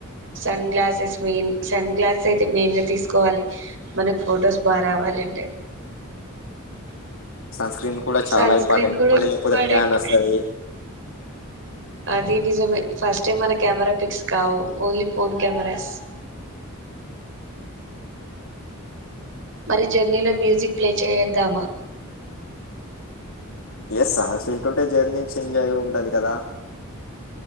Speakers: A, on the right; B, on the left.
A: sunglasses main sunglasses అయితే మెయిన్గా తీసుకోవాలి మనకు ఫొటోస్ బాగ రావాలి అంటే
B: సన్స్క్రీన్ కూడా చాలా
A: సన్ స్క్రీన్
B: ఇంపార్టెంట్
A: కూడా
B: మళ్ళీ
A: ఇంపార్టెంట్
B: లేకపోతే ట్యాన్ ఒస్తది
A: అదీ నిజమే ఫస్ట్ టైం మన కెమెరా పిక్స్ కావు ఓన్లీ ఫోన్ కెమెరాస్ మరి జర్నీలో మ్యూజిక్ ప్లే చేద్దామా
B: ఎస్ సహస వింటుంటే జర్నీ నుంచి ఎంజాయ్గా ఉంటది కదా